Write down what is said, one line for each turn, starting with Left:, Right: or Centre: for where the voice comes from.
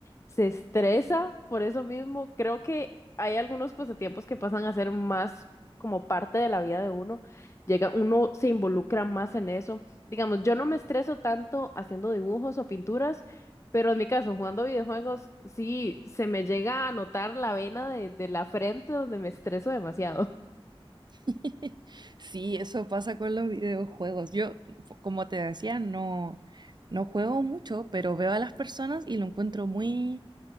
Left: se estresa por eso mismo. Creo que hay algunos pasatiempos que pasan a ser más como parte de la vida de uno. Llega, uno se involucra más en eso. Digamos, yo no me estreso tanto haciendo dibujos o pinturas. Pero en mi caso, jugando videojuegos, sí, se me llega a notar la vena de, de la frente donde me estreso demasiado.
Right: <laughs> Sí, eso pasa con los videojuegos. Yo, como te decía, no, no juego mucho, pero veo a las personas y lo encuentro muy,